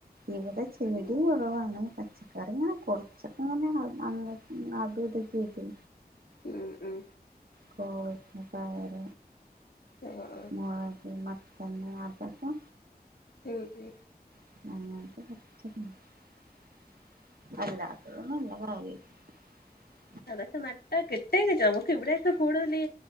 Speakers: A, on the right; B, on the left.
A: ഇവിടെ ചെടി കുറവാണേ, പച്ചക്കറിങ്ങെനെ കൊറച്ചകെങ്ങെനെ അ അങ്ങ് അതു ഇതൊക്കെ ആയിട്ട്
B: ഉം ഉം
A: കോവക്ക, പയർ
B: ആഹ് ആഹ്
A: മൊളക്, മത് തന്നെ അതപ്പൊ
B: ഉം ഉം
A: <inaudible>
B: അതൊക്കെ നട്ടെ കിട്ടേയ്ഞ്ഞിട്ടൊ നമുക്ക് ഇവിടെകെ കൂടുതലീ